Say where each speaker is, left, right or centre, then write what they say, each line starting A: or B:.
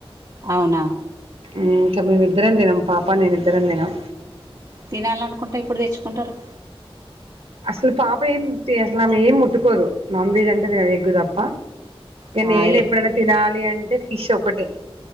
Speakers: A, on the right; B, on the right.
A: అవునా
B: ఇంక మేమిద్దరం తినం పాప నేను ఇద్దరం తినం
A: తినాలనుకుంటే ఎప్పుడు తెచ్చుకుంటరు
B: అసలు పాప ఏం అసలు ఆమె ఏం ముట్టుకోదు నాన్ వెజ్ అంటే ఎగ్ తప్ప
A: ఆ,
B: నేను
A: ఏ
B: ఎప్పుడైన తినాలి అంటే ఫిష్ ఒకటే